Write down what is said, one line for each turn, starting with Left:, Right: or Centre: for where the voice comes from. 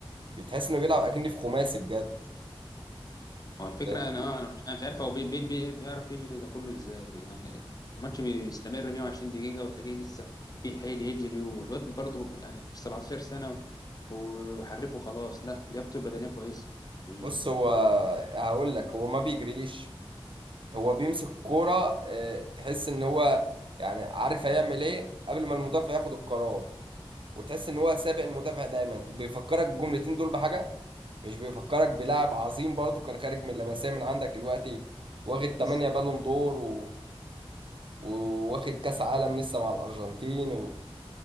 Right: بتحس انه بيلعب اكني في خماسي بجد
Left: هو الفكرة
Right: آه،
Left: أنا أنا مش أنا مش عارف هو بي بي بي بيعرف يجري ده كله إزاي يعني الماتش بيستمر 120 دقيقة وتلاقيه لسه في حيل يجري والواد برضه يعني مش 17 سنة و- وحرفه خلاص لا لياقته البدنية كويسة بي-
Right: بص هو هقول لك هو ما بيجريش هو بيمسك الكورة آه، تحس ان هو يعني عارف هيعمل ايه قبل ما المدافع ياخد القرار وتحس ان هو سابق المدافع دايما بيفكرك الجملتين دول بحاجة مش بيفكرك بلاعب عظيم برضو كان خارج من لمسية من عندك دلوقتي واخد
Left: ميسي
Right: 8 بالون دور و... وواخد كاس عالم لسه مع الارجنتين و...